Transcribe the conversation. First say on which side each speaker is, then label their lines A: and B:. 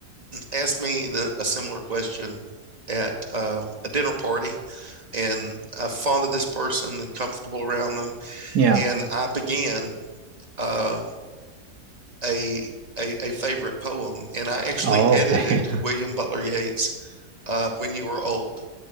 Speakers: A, on the right (about 25°); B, on the right (about 85°).
A: asked me the, a similar question at uh, a dinner party, and I'm fond of this person and comfortable around them.
B: Yeah.
A: And I began uh, a, a a favorite poem, and I actually
B: Oh,
A: edited
B: okay. <laughs>
A: William Butler Yeats' uh, "When You Were Old."